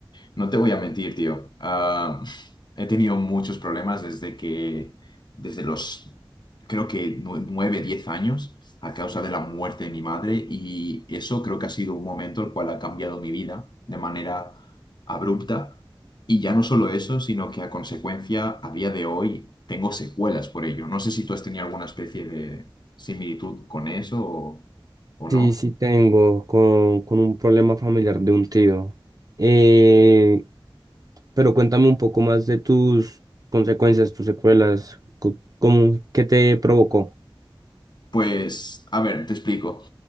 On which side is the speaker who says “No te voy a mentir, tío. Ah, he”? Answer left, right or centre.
Left